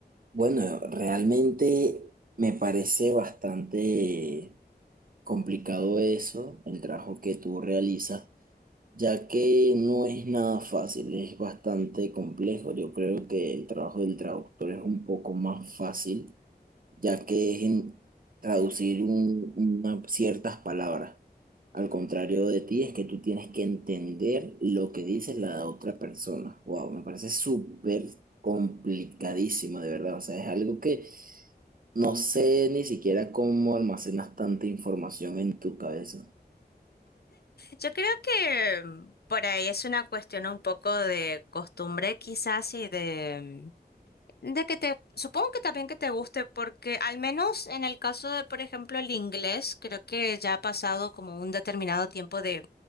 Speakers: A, on the right; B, on the left.
A: Bueno, realmente me parece bastante complicado eso, el trabajo que tú realizas, ya que no es nada fácil, es bastante complejo. Yo creo que el trabajo del traductor es un poco más fácil, ya que es en traducir un- una- ciertas palabras. Al contrario de ti, es que tú tienes que entender lo que dice la otra persona. Wow, me parece súper complicadísimo, de verdad. O sea, es algo que no sé ni siquiera cómo almacenas tanta información en tu cabeza.
B: Yo creo que mm, por ahí es una cuestión un poco de costumbre quizás y de... De que te, supongo que también que te guste, porque al menos en el caso de, por ejemplo, el inglés, creo que ya ha pasado como un determinado tiempo de